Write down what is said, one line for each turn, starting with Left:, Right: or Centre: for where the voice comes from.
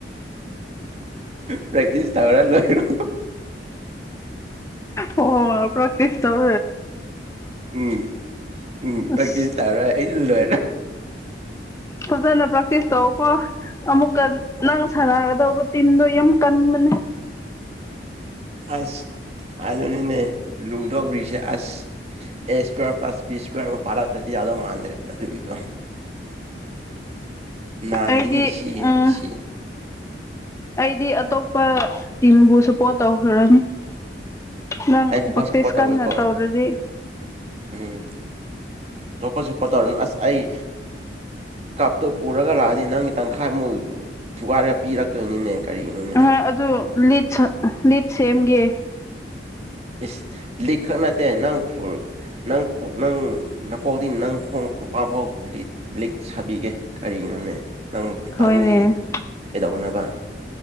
Right: ꯄ꯭ꯔꯦꯛꯇꯤꯁ ꯇꯧꯔ ꯂꯣꯏꯔꯣ
Left: ꯑꯣ ꯄ꯭ꯔꯛꯇꯤꯁ ꯇꯧ
Right: ꯎꯝ ꯎꯝ
Left: ꯑꯁ
Right: ꯇꯥꯎꯔ ꯍꯥꯏ ꯂꯦ
Left: ꯐꯖꯅ ꯄ꯭ꯔꯦꯛꯇꯤꯁ ꯇꯧ ꯀꯣ ꯑꯃꯨꯛꯀ ꯅꯪ ꯁꯥꯟꯅꯒꯗꯧꯕ ꯇꯤꯝꯗꯣ ꯌꯥꯝ ꯀꯟꯕꯅꯦ
Right: ꯑꯁ ꯑꯗꯨꯅꯤꯅꯦ ꯂꯨ ꯇꯧꯔꯤꯁꯦ ꯑꯁ ꯑꯦ ꯏꯁꯀ꯭ꯋꯥꯔ ꯄ꯭ꯂꯁ ꯕꯤ ꯏꯁꯀ꯭ꯋꯥꯔ ꯄꯥꯟꯗ꯭ꯔꯗꯤ ꯌꯥꯗꯧ ꯃꯥꯟꯗ꯭ꯔꯦ ꯑꯗꯨ ꯑꯗꯨꯒꯤꯗꯣ ꯅꯍꯥꯟꯗꯤ
Left: ꯑꯩꯗꯤ
Right: ꯁꯤ
Left: ꯎꯝ
Right: ꯁꯤ
Left: ꯑꯩꯗꯤ ꯑꯇꯣꯞꯄ ꯇꯤꯝꯕꯨ ꯁꯄꯣꯔꯠ ꯇꯧꯈ꯭ꯔꯅꯤ ꯅꯪ
Right: ꯑꯩꯕꯨ ꯈꯔ
Left: ꯄ꯭ꯔꯦꯛꯇꯤꯁ
Right: ꯁꯞꯄꯣꯔꯠ ꯇꯧꯋꯦꯀꯣ
Left: ꯀꯟꯅ ꯇꯧꯔꯗꯤ
Right: ꯎꯝ ꯇꯣꯞꯄ ꯁꯄꯣꯠ ꯇꯧꯔꯅ ꯑꯁ ꯑꯩ ꯀꯞꯇꯣ ꯄꯨꯔꯒ ꯂꯥꯛꯑꯗꯤ ꯅꯪꯒꯤ ꯇꯪꯈꯥꯏꯃꯨꯛ ꯊꯨꯒꯥꯏꯔꯒ ꯄꯤꯔꯛꯇꯣꯏꯅꯤꯅꯦ ꯀꯔꯤꯅꯣꯅꯦ
Left: ꯑ ꯑꯗꯨ ꯂꯤꯠ ꯂꯤꯠ ꯁꯦꯝꯒꯦ
Right: ꯏꯁ ꯂꯤꯛ ꯈꯛ ꯅꯠꯇꯦ ꯅꯪ ꯅꯪ ꯅꯪ ꯅꯀꯣꯛꯗꯤ ꯅꯪ ꯈꯣꯡ ꯈꯣꯡꯄꯥꯛ ꯐꯥꯎ ꯂꯤꯠ ꯁꯥꯕꯤꯒꯦ ꯀꯔꯤꯅꯣꯅꯦ ꯅꯪ
Left: ꯍꯣꯏꯅꯦ
Right: ꯅꯪꯒꯤ ꯀꯩꯗꯧꯅꯕ